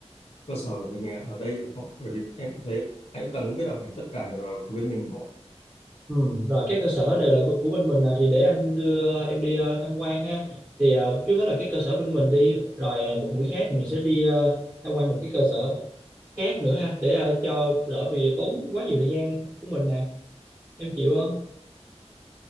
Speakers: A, on the left; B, on the right.
A: cơ sở của mình ở đây được không ạ? Bởi vì em cũng thấy anh cũng không biết là phải tất cả đều là của bên mình không ạ?
B: ừ, rồi các cơ sở đều là b- của bên mình nè, thì để anh đưa em đi ờ, tham quan ha thì ờ, trước hết là cái cơ sở bên mình đi rồi ờ, một buổi khác thì mình sẽ đi ờ, tham quan một cái cơ sở khác nữa ha để ờ, cho đỡ vì tốn quá nhiều thời gian của mình nè em chịu không